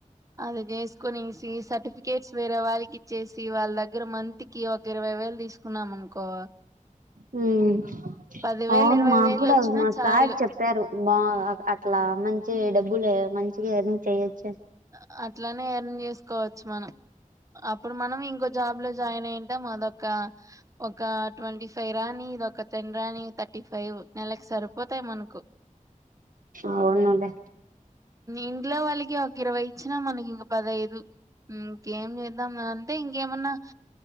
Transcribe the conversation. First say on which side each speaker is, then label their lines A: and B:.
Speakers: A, on the right; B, on the right.
A: అది జేస్ కొన్ని సి సర్టిఫికేట్స్ వేరే వారి ఇచ్చేసి వాళ్ళ దగ్గర మంత్ కి ఒక ఇరవై వేలు తీసుకున్నామనుకో
B: హ్మ్
A: పది వేలు
B: అవును
A: ఇరవై
B: మాకు
A: వేలు
B: కూడా
A: వచ్చినా
B: మా
A: చాలు
B: సార్ చెప్పారు. బా అట్లా మంచి డబ్ డబ్బులే మంచిగ ఎమి చెయ్యకు
A: అ అట్లనే న్యూస్ కోవచ్చు మనం ఆప్ ఇప్పుడు మనం ఇంకో జాబ్ లో జాయినై ద్దం అదొక ఒక ట్వొంటీ ఫైవ్ రాని, ఇదొక టెన్ రాని, థర్టీ ఫైవ్ నెలకు సరిపోతాయి మనకు.
B: అవునండి
A: ఇంట్లో వాళ్ళకి ఒక ఇరవై ఇచ్చిన మనకి ఇక పదఐదు మ్ ఏం చేద్దాం మేమ్. మ్.. ఇంకేమన్నా